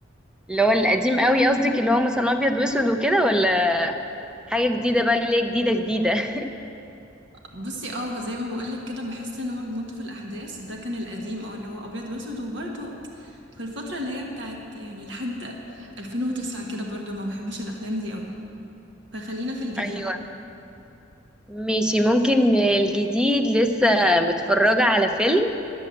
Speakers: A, in the centre; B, on the right.
A: اللي هو القديم قوي قصدك اللي هو مثلا ابيض واسود وكده ولا حاجه جديده بقى اللي هي جديده جديده <laughs>
B: بصي اه زي ما بقولك كده بحس ان هما بيمطوا في الاحداث ده كان القديم او اللي هو ابيض واسود وبرده في الفتره اللي هي بتاعت يعني لحد 2009 كده برضو ما بحبش الافلام دي قوي فخلينا في الجديد
A: ايوه ماشي ممكن الجديد لسه متفرجه على فيلم